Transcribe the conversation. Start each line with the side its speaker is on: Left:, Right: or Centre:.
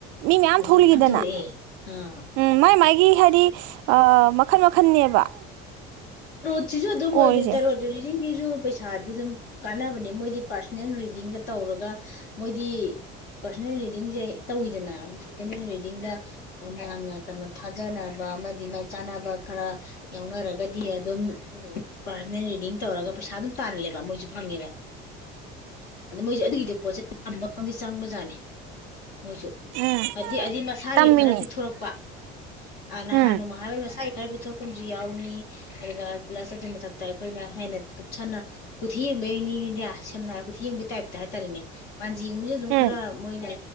Right: ꯃꯤ ꯃꯌꯥꯝ
Left: ꯍꯧꯖꯤꯛ
Right: ꯊꯣꯛꯜꯂꯤꯈꯤꯗꯅ
Left: ꯊꯣꯛꯂꯛꯑꯦ ꯑꯥ
Right: ꯎꯝ ꯃꯥꯏ ꯃꯥꯥꯏꯒꯤ ꯍꯥꯏꯗꯤ ꯃꯈꯜ ꯃꯈꯟꯅꯦꯕ
Left: ꯁꯤꯁꯨ ꯑꯗꯨꯝ
Right: ꯑꯣꯏꯔꯤꯁꯦ
Left: ꯑꯣꯏꯔ ꯇꯔꯣꯗꯤ ꯔꯤꯂꯤꯡꯒꯤꯁꯨ ꯄꯩꯁꯥꯗꯤ ꯑꯗꯨꯝ ꯀꯥꯟꯅꯕꯅꯦ ꯃꯣꯏꯗꯤ ꯄꯥꯔꯁꯅꯦꯜ ꯔꯤꯗꯤꯡꯒ ꯇꯧꯔꯒ ꯃꯣꯏꯗꯤ ꯄꯥꯔꯁꯣꯅꯦꯜ ꯔꯤꯗꯤꯡꯁꯦ ꯇꯧꯋꯤꯗꯅ ꯔꯤꯗꯤꯡꯗ ꯃꯌꯥꯝꯅ ꯀꯩꯅꯣ ꯊꯥꯖꯅꯕ ꯑꯃꯗꯤ ꯃꯥꯏ ꯆꯥꯟꯅꯕ ꯈꯔ ꯌꯥꯎꯅꯔꯒꯗꯤ ꯑꯗꯨꯝ ꯎꯝ ꯄꯥꯔꯁꯣꯅꯦꯜ ꯔꯤꯗꯤꯡ ꯇꯧꯔꯒ ꯄꯩꯁꯥ ꯑꯗꯨꯝ ꯇꯥꯍꯜꯂꯦꯕ ꯃꯣꯏꯁꯨ ꯐꯪꯉꯦꯕ ꯑꯗ ꯃꯣꯏꯁꯨ ꯑꯗꯨꯒꯤꯗꯤ ꯄꯣꯠꯁꯦ ꯊꯝꯕꯝꯗꯤ ꯆꯪꯕꯖꯥꯠꯅꯤ ꯃꯣꯏꯁꯨ
Right: ꯎꯝ
Left: ꯍꯥꯏꯗꯤ ꯑꯗꯨꯗꯤ ꯃꯁꯥꯒꯤ
Right: ꯇꯝꯃꯤꯅꯤ
Left: ꯈꯔ ꯄꯤꯊꯣꯔꯛꯄ ꯑ ꯅꯍꯥꯟ
Right: ꯎꯝ
Left: ꯅꯣꯡꯃ ꯍꯥꯏꯔ ꯃꯁꯥꯒꯤ ꯈꯔ ꯄꯤꯊꯣꯔꯛꯄ ꯑꯃꯁꯨ ꯌꯥꯎꯅꯤ ꯑꯗꯨꯒ ꯂꯁ ꯑꯗꯨꯒꯤ ꯃꯊꯛꯇ ꯑꯩꯈꯣꯏꯅ ꯍꯦꯟꯅ ꯈ ꯁꯥꯟꯅ ꯀꯊꯤꯕꯅꯤꯅꯤꯗꯦ ꯁꯝꯅ ꯍꯥꯏꯔꯕꯗꯤ ꯌꯦꯡꯕꯒꯤ ꯇꯥꯏꯞꯇ ꯍꯥꯏꯇꯥꯔꯦꯅꯦ ꯃꯥꯟꯖ ꯌꯦꯕꯁꯤꯁꯨ ꯑꯗꯨꯝ
Right: ꯎꯝ
Left: ꯈꯔ ꯃꯣꯏ ꯂꯥꯏ